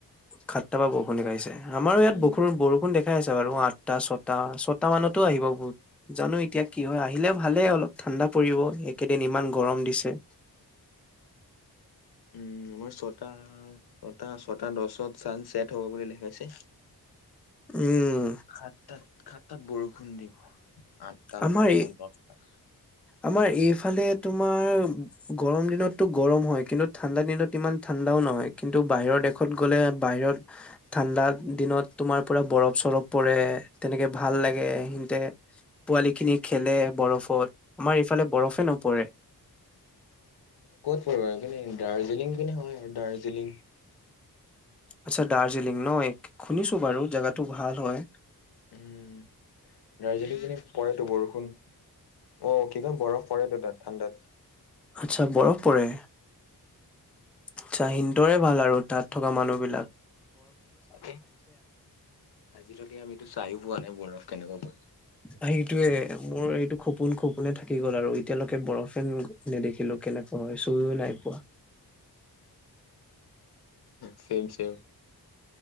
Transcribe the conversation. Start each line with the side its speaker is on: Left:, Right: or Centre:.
Centre: সাতটা পৰা বৰষুণ দেখাইছে আমাৰ ইয়াত
Left: উম
Centre: বৰষু বৰষুণ দেখাই আছে বাৰু আঠটা ছ ছটা ছটা মানতো আহিব বহুত জানো এতিয়া কি হয় আহিলে ভালেই অলপ ঠাণ্ডা পৰিব একেদিন ইমান গৰম দিছে।
Left: উম, আমাৰ ছটা ছটা ছ তাৰ দছত ছান ছেট হ'ব বুলি দেখাইছে।
Centre: উম
Left: সাতাত সাততাত বৰষুণ খুন্দিব আঠটা,
Centre: আমাৰ
Left: নটা,
Centre: এই
Left: দছটা
Centre: আমাৰ এইফালে তোমাৰ গৰম দিনতটো গৰম হয় কিন্তু ঠাণ্ডা দিনত ইমান ঠাণ্ডাও নহয় কিন্তু বাহিৰৰ দেশত গ'লে বাহিৰত ঠাণ্ডা দিনত তোমাৰ পুৰা বৰফ চৰফ পৰে তেনেকে ভাল লাগে সিহঁতে পোৱালি খিনি খেলে বৰফত আমাৰ ইফালে বৰফে নপৰে।
Left: পাৰিব কিনে দাৰ্জিলিং কিনে হয় আৰু দাৰ্জিলিং
Centre: আচ্ছা দাৰ্জিলিং ন' শুনিছো বাৰু জেগাত টো ভাল হয়।
Left: উম, দাৰ্জিলিং এনে পৰেটো বৰষুণ অ', কি কয় বৰফ পৰেটো তাত ঠাণ্ডাত।
Centre: আচ্ছা, বৰফ পৰে। আচ্ছা, হিনতৰে ভাল আৰু তাত থকা মানুহবিলাক।
Left: তাকে আজিলৈকে আমিতো চাইও পোৱা নাই বৰফ। কেনেকব
Centre: ভাই সেইটোৱে মোৰ এইটো খুব সপোন খপোনে থাকি গ'ল আৰু এতিয়ালৈকে বৰফে নেদেখিলো কেনেকুৱা হয় চুইও নাই পোৱা।
Left: চেম, চেম।